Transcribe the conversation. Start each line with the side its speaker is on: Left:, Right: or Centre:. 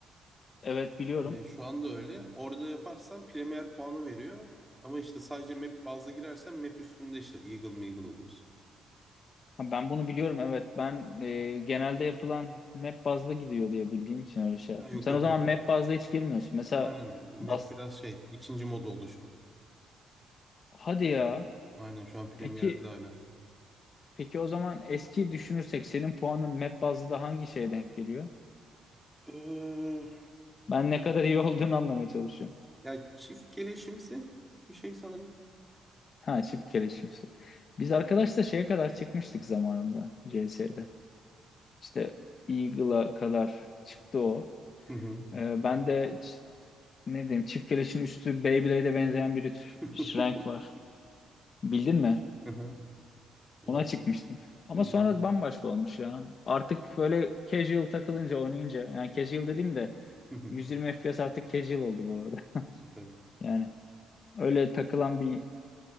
Left: Evet biliyorum.
Centre: E, şu anda öyle. Orada yaparsan Premier puanı veriyor. Ama işte sadece map bazlı girersen map üstünde işte Eagle Meagle oluyorsun.
Left: Ha, Ben bunu biliyorum evet. Ben e, genelde yapılan map bazlı gidiyor diye bildiğim için öyle şey yaptım.
Centre: Ha, yok
Left: Sen
Centre: yok
Left: o zaman
Centre: o.
Left: map bazlı hiç girmiyorsun. Mesela
Centre: Aynen o. Map
Left: Dust...
Centre: biraz şey. ikinci mod oldu şu an.
Left: Hadi ya.
Centre: Aynen şu an Premier'de
Left: Peki
Centre: aynen.
Left: peki o zaman eski düşünürsek senin puanın map bazlı da hangi şeye denk geliyor?
Centre: Ee,
Left: Ben ne kadar iyi olduğunu anlamaya çalışıyorum.
Centre: ya çift keleşimsi bir şey sanırım.
Left: Ha çift keleşimsi. Biz arkadaşla şeye kadar çıkmıştık zamanında CS'de. İşte Eagle'a kadar çıktı o.
Centre: Hı hı.
Left: Ee, ben de ç- ne diyeyim çift keleşin üstü Beyblade'e benzeyen bir
Centre: <laughs>
Left: üç- renk var. Bildin mi?
Centre: Hı hı. Ee,
Left: Ona çıkmıştım. Ama
Centre: lem.
Left: sonra bambaşka olmuş ya. Artık böyle casual takılınca oynayınca yani casual dediğim de
Centre: Hı hı.
Left: 120 FPS artık casual oldu bu arada.
Centre: Tabii.
Left: Yani öyle takılan bir